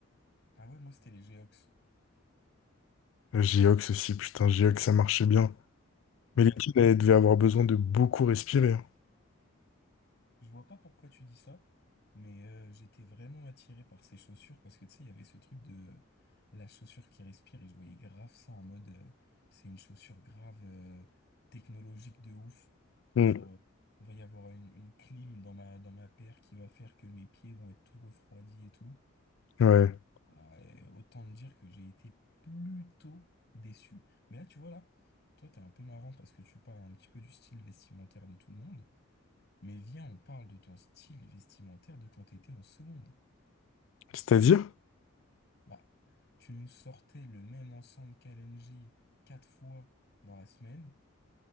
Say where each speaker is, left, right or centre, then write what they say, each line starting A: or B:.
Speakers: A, on the left (about 50°); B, on the left (about 65°).
A: Ah ouais, moi, c'était les Geox.
B: Euh, Geox aussi, putain, Geox ça marchait bien.
A: Ouais.
B: Mais les kids, elles devaient avoir besoin de beaucoup respirer. hein.
A: Je vois pas pourquoi tu dis ça, mais euh, j'étais vraiment attiré par ces chaussures parce que tu sais, il y avait ce truc de euh, la chaussure qui respire et je voyais grave ça en mode euh, c'est une chaussure grave euh, technologique de ouf.
B: Mm.
A: Genre, euh, il va y avoir une, une clim dans ma, dans ma paire qui va faire que mes pieds vont être tout refroidis et tout.
B: Ouais.
A: Ah, et autant te dire que j'ai été plutôt déçu. Mais là, tu vois, là, toi, t'es un peu marrant parce que tu parles un petit peu du style vestimentaire de tout le monde. Mais viens, on parle de ton style vestimentaire de quand t'étais en seconde.
B: C'est-à-dire?
A: Bah, tu nous sortais le même ensemble qu'Alenji quatre fois dans la semaine.